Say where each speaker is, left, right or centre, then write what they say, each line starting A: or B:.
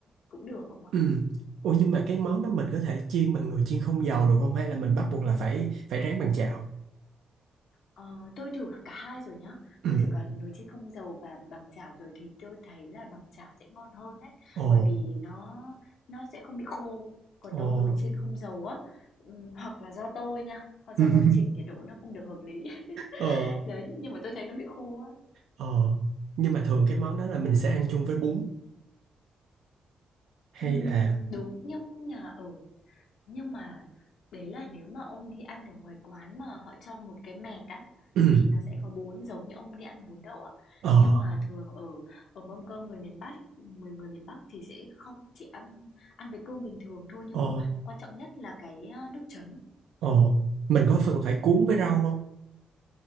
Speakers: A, on the left (about 70°); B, on the right (about 85°).
A: cũng được không ạ?
B: ừ. Ồ nhưng mà cái món đó mình có thể chiên bằng nồi chiên không dầu được không hay là mình bắt buộc là phải phải rán bằng chảo?
A: Ờ, tôi thử cả hai rồi nhá.
B: Ừ.
A: Tôi thử cả nồi chiên không dầu và bằng chảo rồi thì tôi thấy là bằng chảo sẽ ngon hơn đấy,
B: Ồ,
A: bởi vì nó nó sẽ không bị khô. Còn
B: ồ.
A: đâu nồi chiên không dầu á, ừm, hoặc là do tôi nha, hoặc do
B: <laughs>
A: tôi chỉnh nhiệt độ nó không được hợp lý. <laughs>
B: Ờ,
A: Đấy, nhưng mà tôi thấy nó bị khô á.
B: ờ. Nhưng mà thường cái món đó là mình sẽ ăn chung với bún hay
A: Ừm,
B: là
A: đúng, nhưng nhà ở nhưng mà đấy là nếu mà ông đi ăn ở ngoài quán mà họ cho một cái mẹt á
B: <clears throat>
A: thì nó sẽ có bún giống như ông đi ăn bún đậu á.
B: ờ,
A: Nhưng mà thường ở ở mâm cơm người miền Bắc, người người miền Bắc thì sẽ không chỉ ăn ăn với cơm bình thường thôi nhưng
B: ờ.
A: mà quan trọng nhất là cái à, nước chấm.
B: Ồ, mình có phần phải cuốn với rau không?